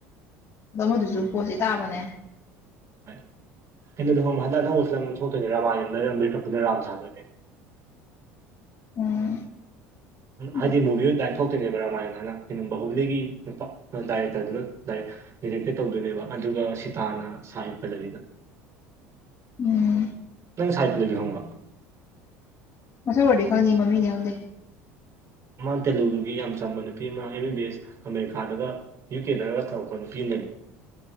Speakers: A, on the left; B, on the right.
A: ꯑꯗꯣ ꯃꯗꯨꯁꯨ ꯄꯣꯠꯁꯤ ꯇꯥꯕꯅꯦ
B: ꯍꯣꯏ ꯀꯩꯅꯣꯗ ꯍ ꯍꯟꯗꯛ ꯑꯅꯧꯕꯁꯤ ꯂꯝ ꯑꯃ ꯊꯣꯛꯇꯣꯏꯅꯦ ꯔꯥꯃꯥꯏꯅꯟ ꯃꯦꯀꯞꯇꯨꯅ ꯔꯥꯝ ꯁꯥꯗꯣꯏꯅꯦ
A: ꯎꯝ ꯑꯗꯨ
B: ꯍꯥꯏꯗꯤ ꯃꯨꯚꯤ ꯑꯣꯏꯅ ꯗꯥꯏꯔꯤꯛ ꯐ ꯊꯣꯛꯇꯣꯏꯅꯦꯕ ꯔꯥꯃꯥꯌꯟ ꯍꯥꯏꯅ ꯀꯩꯅꯣ ꯕꯍꯨꯕꯤꯂꯤꯒꯤ ꯅꯨꯄꯥ ꯗꯥꯏꯔꯦꯛꯇꯔꯗꯨꯅ ꯗꯥꯛ ꯔꯤꯔꯦꯛꯇꯦ ꯇꯧꯗꯣꯏꯅꯦꯕ ꯑꯗꯨꯒ ꯁꯤꯇꯥꯅ ꯁꯥ ꯍ ꯄꯜꯂꯕꯤꯗ
A: ꯎꯝ
B: ꯅꯪ ꯁꯥꯏꯐꯠꯇ ꯂꯩꯕꯤꯍꯣꯡꯕ꯭ꯔꯕ
A: ꯃꯊ ꯋꯥꯔꯤꯗꯤ ꯈꯪꯅꯤ ꯃꯃꯤ ꯅꯉꯗ
B: ꯃꯥꯅ ꯇꯦꯂꯨꯒꯨꯒꯤ ꯌꯥꯝ ꯆꯝꯕ ꯅꯨꯄꯤ ꯑꯃ ꯑꯦꯝ ꯕꯤ ꯕꯤ ꯑꯦꯁ ꯑꯃꯦꯔꯤꯀꯥꯗꯒ ꯌꯨ ꯀꯦ ꯗꯔꯁ ꯊꯈ ꯄꯤꯅꯦ